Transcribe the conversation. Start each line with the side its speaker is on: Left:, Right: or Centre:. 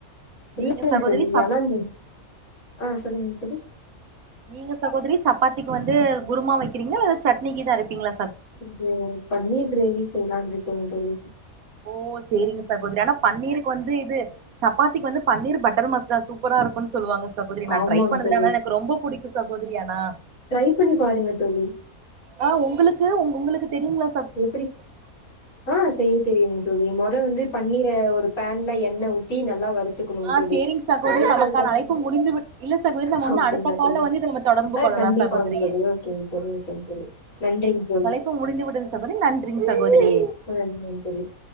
Left: இல்லைங்
Right: நீங்க சகோதரி
Left: தோழி
Right: சப்
Left: ஆனா நீ ஆ சொல்லுங்க தோழி
Right: நீங்க சகோதிரி சப்பாத்திக்கு வந்து குருமா வக்கிறீங்கள இல்ல சட்னிகிது அரப்பீங்ளா
Left: இது பன்னீர் கிரேவி செய்யலான் இருக்கேங் தோழி
Right: ஓ சேரிங்க சகோதிரி ஆனா பன்னீருக்கு வந்து இது சப்பாத்திக்கு வந்து பன்னீர் பட்டர் மசாலா சூப்பரா இருக்குன் சொல்லுவாங்க சகோதிரி நா
Left: ஆமாங்க
Right: ட்ரை பண்ணதுல்ல
Left: தோழி
Right: ஆனா எனக்கு ரொம்ப புடிக்கு சகோதிரி ஆனா
Left: ட்ரை பண்ணி பாருங்க தோழி
Right: ஆ உங்களுக்கு உ உங்களுக்கு தெரியுங்ளா
Left: எப்டி ஆ செய்ய தெரியுங்க தோழி மொத வந்து பண்ணீர ஒரு பேன்ல எண்ண ஊத்தி நல்லா வரு த்துக்கணுங்
Right: ஆ
Left: தோழி
Right: சேரிங் சகோதரி
Left: வருத்ததுக்கு
Right: நமக்கான
Left: அப்
Right: அழைப்பு முடிந்து விட் இல்ல சகோதரி நம்ம வந்து
Left: அப்டிங்ளா
Right: அடுத்த கால்ல
Left: தோழி
Right: வந்து இத நம்ம தொடர்பு
Left: அ
Right: கொள்ளலா
Left: கண்டிப்பாங்
Right: சகோதரி
Left: தோழி ஓகேங் தோழி ஓகேங் தோழி நன்றிங் தோழி
Right: இப்போ முடிந்துவிடும் சகோதரி நன்றி ங் சகோதிரி
Left: ஆ நன்றிங் தோழி